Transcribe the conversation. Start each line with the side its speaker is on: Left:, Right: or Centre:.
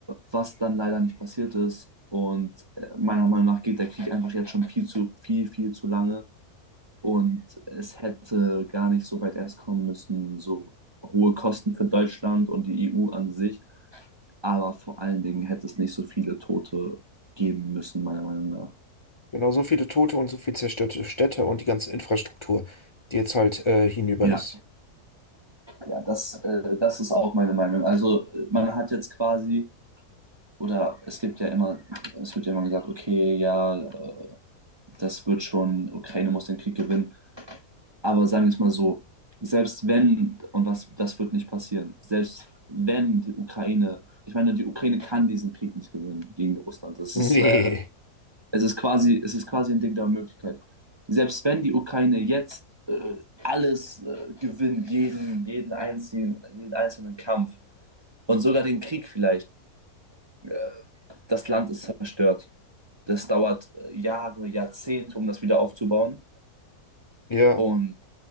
Right: was dann leider nicht passiert ist. Und äh, meiner Meinung nach geht der Krieg einfach jetzt schon viel zu viel, viel zu lange. Und es hätte gar nicht so weit erst kommen müssen, so hohe Kosten für Deutschland und die EU an sich. Aber vor allen Dingen hätte es nicht so viele Tote geben müssen, meiner Meinung nach.
Left: genau, so viele Tote und so viel zerstörte Städte und die ganze Infrastruktur, die jetzt halt äh, hinüber
Right: Ja,
Left: ist.
Right: Ja, das, äh, das ist auch meine Meinung. Also man hat jetzt quasi, oder es gibt ja immer, es wird ja immer gesagt, okay, ja, äh, das wird schon, Ukraine muss den Krieg gewinnen. Aber sagen wir es mal so, selbst wenn, und was, das wird nicht passieren, selbst wenn die Ukraine, ich meine, die Ukraine kann diesen Krieg nicht gewinnen gegen Russland. Das
Left: Nee,
Right: ist, äh, es ist quasi, es ist quasi ein Ding der Möglichkeit. Selbst wenn die Ukraine jetzt äh, alles äh, gewinnt, jeden, jeden, einzelnen, jeden einzelnen Kampf, und sogar den Krieg vielleicht. Äh, Das Land ist zerstört. Das dauert äh, Jahre, Jahrzehnte, um das wieder aufzubauen.
Left: ja,
Right: Und